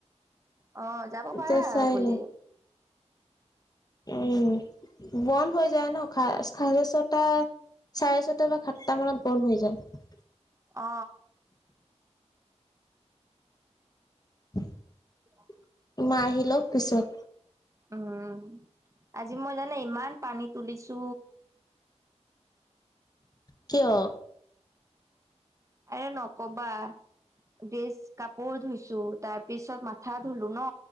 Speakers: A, on the right; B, on the left.
A: অ যাব
B: এতিয়া
A: পাৰা
B: চাই
A: গলে
B: লওঁ উম বন্ধ হৈ যায় ন চা চাৰে ছটাত চাৰে ছটা বা সাতটা মানত বন্ধ হৈ যায়
A: অ
B: <unintelligible>
A: <unintelligible>
B: মা আহিলক পিছত
A: উম আজি মই জানে ইমান পানী তুলিছো।
B: কিয়?
A: এ নকবা ড্ৰেছ কাপোৰ ধুইছো তাৰ পিছত মাথা ধুলো ন